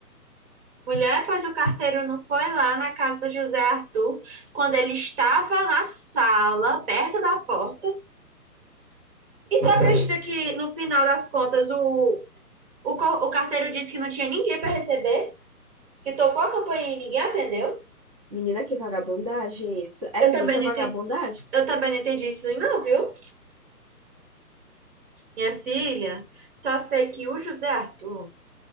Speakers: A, on the right; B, on the right.
A: Mulher, pois o carteiro não foi lá na casa do José Arthur quando ele estava na sala, perto da porta. E tu acredita que no final das contas o, o, co- o carteiro disse que não tinha ninguém para receber? Que tocou a campainha e ninguém atendeu?
B: Menina, que vagabundagem isso. É
A: Eu
B: muita
A: também não
B: vagabundagem.
A: entendi, eu também não entendi isso aí não, viu? Minha filha, só sei que o José Arthur